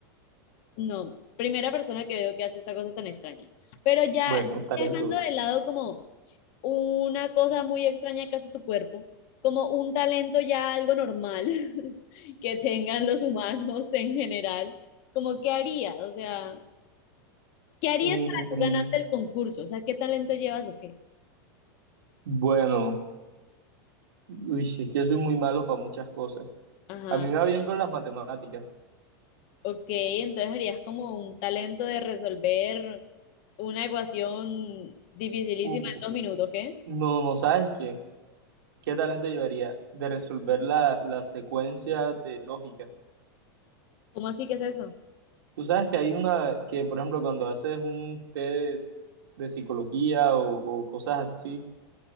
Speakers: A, on the left; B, on the right.
A: no, primera persona que veo que hace esa cosa tan extraña. Pero ya
B: Bueno, talento.
A: dejando de lado como una cosa muy extraña que hace tu cuerpo, como un talento ya algo normal <laughs> que tengan los humanos en general, como qué harías, o sea... ¿Qué harías
B: Mm,
A: para tú ganarte el concurso? O sea, ¿qué talento llevas o qué?
B: bueno, uy, es que yo soy muy malo para muchas cosas.
A: Ajá.
B: A mí me va bien con las matemáticas.
A: Ok, entonces harías como un talento de resolver una ecuación dificilísima
B: Uh,
A: en dos minutos, ¿qué?
B: No, no sabes qué. ¿Qué talento llevaría? De resolver la, la secuencia de lógica.
A: ¿Cómo así que es eso?
B: Tú sabes que hay una que, por ejemplo, cuando haces un test de psicología o, o cosas así,